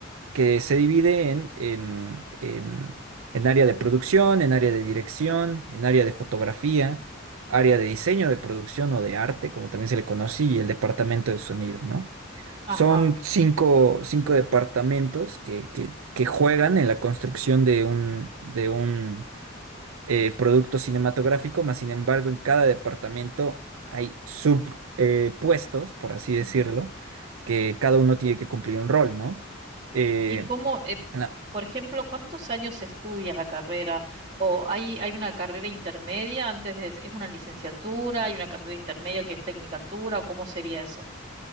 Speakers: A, on the right; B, on the right.
A: que se divide en, en, en, en área de producción, en área de dirección, en área de fotografía, área de diseño de producción o de arte, como también se le conoce, y el departamento de sonido, ¿no?
B: Ajá.
A: Son cinco, cinco departamentos que, que, que juegan en la construcción de un, de un eh, producto cinematográfico, mas sin embargo, en cada departamento hay subpuestos, por así decirlo,
B: Ujú.
A: que cada uno tiene que cumplir un rol, ¿no? Eh,
B: ¿Y cómo, eh,
A: en la-
B: por ejemplo, cuántos años se estudia la carrera? ¿O hay, hay una carrera intermedia antes de, es una licenciatura, hay una carrera intermedia que es tecnicatura, o cómo sería eso?